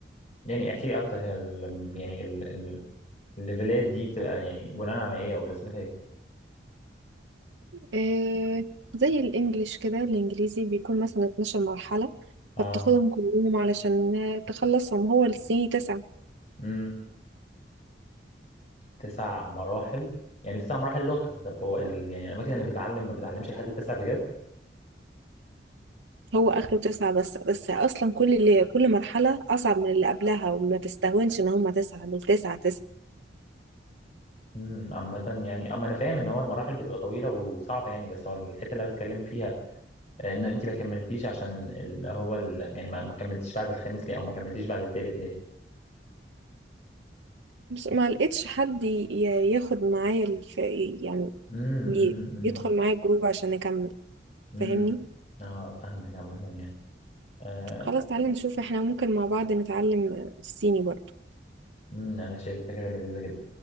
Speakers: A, on the left; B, on the right.
A: يعني احكي لي اكتر هي ال... يعني ال... ال... الليفلات دي بتبقى يعني بناء على ايه او لازمتها ايه؟
B: آه، زي الانجليش كده الانجليزي بيكون مثلا 12 مرحله
A: اه
B: فبتاخدهم كلهم علشان تخلصهم هو السي تسعة
A: امم تسع مراحل يعني تسع مراحل لغة طب هو ال... يعني الاماكن اللي بتعلم ما بتعلمش لحد التسع بجد؟
B: هو اخره تسعة بس بس اصلا كل اللي كل مرحلة اصعب من اللي قبلها وما تستهونش ان هما تسعة دول تسعة تسعة
A: امم عامة يعني اما انا فاهم ان هو المراحل بتبقى طويلة وصعبة يعني بس هو الحتة اللي أنا بتكلم فيها ان انت ما كملتيش عشان اللي هو ال... يعني ما ما كملتيش بعد الخامس ليه او ما كملتيش بعد التالت ليه
B: مش ما لقيتش حد ي- ي- ياخد معايا الف... يعني
A: امم
B: ي-
A: امم امم
B: يدخل معايا الجروب عشان اكمل
A: إمم.
B: فاهمني
A: اه فاهمك عامة يعني آه
B: خلاص تعالى نشوف احنا ممكن مع بعض نتعلم الصيني برضه
A: امم انا شايف دي فكرة لذيذة جدا